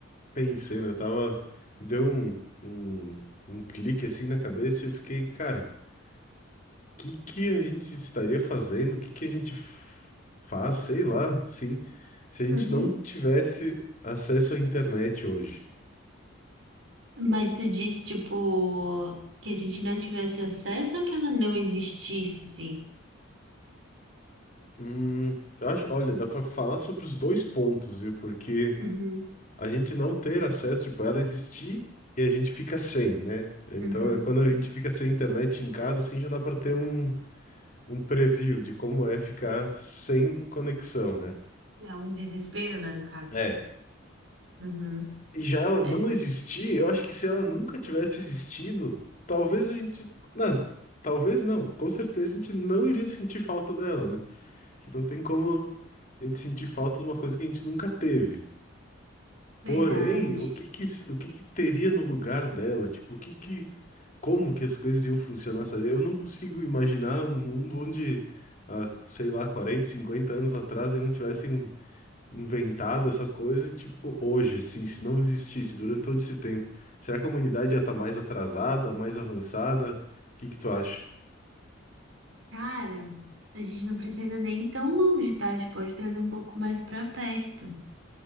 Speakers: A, on the left; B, on the right.
A: pensei, né, tava, deu um, um, um clique assim na cabeça e eu fiquei, cara, o que que a gente estaria fazendo? O que que a gente f- faz, sei lá, sim, se a gente
B: Uhum.
A: não tivesse acesso à internet hoje?
B: Mas tu diz, tipo, que a gente não tivesse acesso ou que ela não existisse, assim?
A: Hum, eu acho, olha, dá pra falar sobre os dois pontos, viu? Porque
B: Uhum,
A: a gente não ter acesso, tipo, ela existir e a gente fica sem, né? Então,
B: uhum.
A: é quando a gente fica sem internet em casa, assim, já dá para ter um, um preview de como é ficar sem conexão, né?
B: É um desespero, né, no caso.
A: É.
B: Uhum.
A: E já ela
B: né?
A: não existir, eu acho que se ela nunca tivesse existido, talvez a gente. Não, talvez não. Com certeza a gente não iria sentir falta dela, né? Que não tem como a gente sentir falta de uma coisa que a gente nunca teve. Porém,
B: Verdade.
A: o que que, o que que teria no lugar dela? Tipo, o que que, como que as coisas iam funcionar, sabe? Eu não consigo imaginar um mundo onde, há, sei lá, 40 50 anos atrás eles não tivessem inventado essa coisa e, tipo, hoje, assim, se não existisse durante todo esse tempo, será que a humanidade já tá mais atrasada, mais avançada? O que que tu acha?
B: Cara, a gente não precisa nem ir tão longe, tá? A gente pode trazer um pouco mais pra perto.